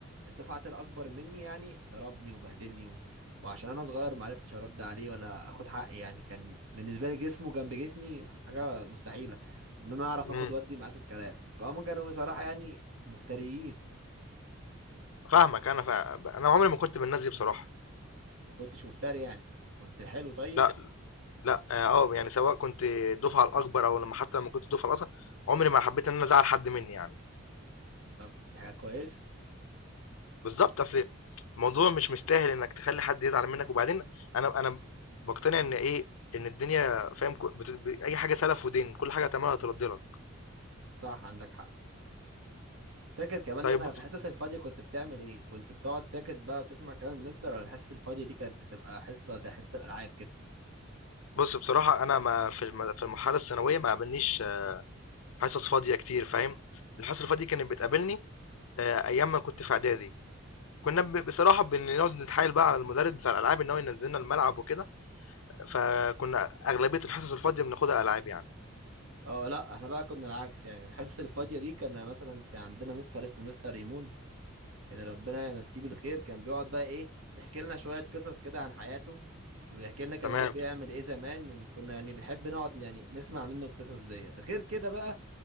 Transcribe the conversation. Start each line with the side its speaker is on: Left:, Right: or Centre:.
Right: الدفعه الاكبر مني يعني ضربني وبهدلني و... وعشان انا صغير ما عرفتش ارد عليه ولا اخد حقي يعني كان بالنسبه لي جسمه جنب جسمي حاجه مستحيله ان انا اعرف
Left: إمم.
Right: اخد ودي معاه في الكلام فهم كانوا بصراحه يعني مفتريين
Left: فاهمك أنا ف أنا عمري ما كنت من الناس دي بصراحة.
Right: ما كنتش مفتري يعني كنت حلو طيب
Left: لأ، لأ، آه، آه، يعني سواء كنت الدفعة الأكبر أو لمّا حتى لمّا كنت الدفعة الأصغر، عمري ما حبيت إن أنا أزعّل حد منّي يعني.
Right: طب دي حاجه كويسه
Left: بالضبط، أصل الموضوع مش مستاهل إنّك تخلّي حد يزعل منّك، وبعدين أنا أنا باقتنع إن إيه، إن الدنيا فاهم ك بت ب أي حاجة سَلَف ودِين، كل حاجة هتعملها هترَد لك.
Right: صح عندك حق فاكر كمان
Left: طيب
Right: ان انا في الحصص الفاضيه كنت بتعمل ايه كنت بتقعد ساكت بقى وتسمع كلام المستر ولا الحصص الفاضيه دي كانت بتبقى حصه زي حصه الالعاب كده
Left: بُص، بصراحة أنا ما في الم في المرحلة الثانوية ما قابلنيش آه، حصص فاضية كتير فاهم، الحصص الفاضية كانت بتقابلني آآ أيام ما كنت في إعدادي، كنا ب بصراحة بنقعد نتحايل بقى على المدرس بتاع الألعاب إن هو ينزلنا الملعب وكده، فكنا أغلبية الحصص الفاضية بناخدها ألعاب يعني،
Right: اه لا احنا بقى كنا العكس يعني الحصص الفاضيه دي كان مثلا كان عندنا مستر اسمه مستر ريمون اللي ربنا يمسيه بالخير كان بيقعد بقى ايه يحكي لنا شوية قصص كده عن حياته وبيحكي لنا كان
Left: تمام،
Right: هو بيعمل ايه زمان وكنا يعني بنحب نقعد يعني نسمع منه القصص ديت غير كده بقى